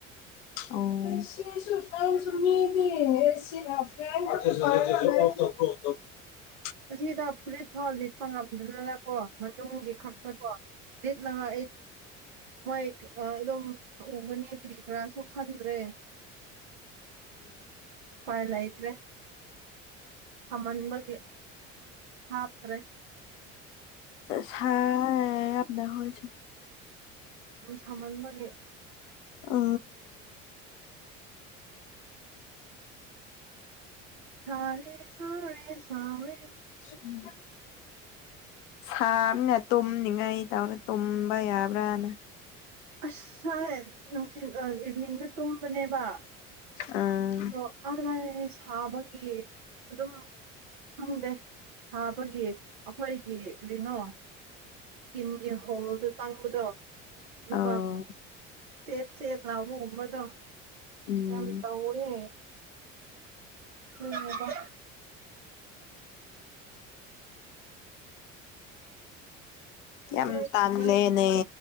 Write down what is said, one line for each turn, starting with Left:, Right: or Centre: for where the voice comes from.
Left: ꯑꯣ <inaudible>
Right: ꯑꯁꯤꯗ ꯐꯨꯔꯤꯠ ꯐꯥꯎ ꯂꯤꯠꯄ ꯉꯝꯗꯗꯅꯀꯣ ꯃꯅꯨꯡꯒꯤ ꯈꯛꯇꯀꯣ ꯌꯦꯠ ꯂꯉ ꯃꯣꯏ ꯑꯗꯨꯝ ꯎꯒꯅꯤ ꯀꯔꯤ ꯀꯔꯥꯁꯨ ꯈꯟꯗ꯭ꯔꯦ ꯐꯥꯏ ꯂ ꯏꯇ꯭ꯔꯦ ꯃꯟꯕꯒ ꯍꯥꯄ꯭ꯔꯦ
Left: ꯁ ꯑꯅ ꯍꯁꯨ
Right: ꯑꯗꯨꯝ ꯁꯝꯍꯟꯕꯒꯦ
Left: ꯑ
Right: ꯁꯔꯦ ꯁꯔꯦ ꯁꯔꯦ
Left: ꯎꯝ ꯁꯥꯅ ꯇꯨꯝꯅꯤꯡꯉꯥꯏ ꯇꯧꯔ ꯇꯨꯝꯕ ꯌꯥꯕ꯭ꯔꯥꯅ
Right: ꯑꯁꯥ ꯍꯥꯏ ꯀ ꯏꯚꯅꯤꯡꯗ ꯇꯣꯡꯕꯅꯦꯕ ꯑꯗ
Left: ꯑꯥ
Right: ꯑꯔꯥꯏ ꯊꯥꯕꯒꯤ ꯑꯗꯨꯝ ꯈꯪꯗꯦ ꯁꯥꯕꯒꯤ ꯑꯩꯈꯣꯏꯒꯤ ꯀꯩꯅꯣ ꯀꯤꯟꯒꯤ ꯍꯣꯁ ꯆꯥꯡꯕꯗꯣ ꯑꯗꯨꯄꯥ
Left: ꯑꯧ
Right: ꯁꯦꯠ ꯁꯦꯠ ꯂꯥꯎꯕ ꯑꯗꯣ
Left: ꯎꯝ
Right: ꯌꯥꯝ ꯇ ꯑꯣꯏ ꯎꯝ ꯍꯗ
Left: ꯌꯥꯝ
Right: ꯂꯣꯏ
Left: ꯇꯥꯜꯂꯦꯅꯦ
Right: ꯆꯠꯂ